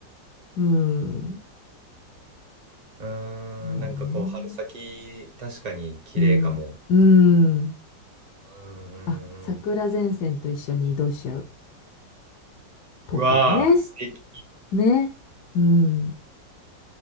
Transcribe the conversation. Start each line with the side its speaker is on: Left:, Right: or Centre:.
Left: うん。
Right: うーん、
Left: そうだね。
Right: なんかこう、春先、確かに綺麗かも。
Left: うん。うん。
Right: うんうんう
Left: あ、桜前線と一緒に移動しちゃう
Right: ん。
Left: とかね。
Right: うわー、素敵。
Left: ね。うん。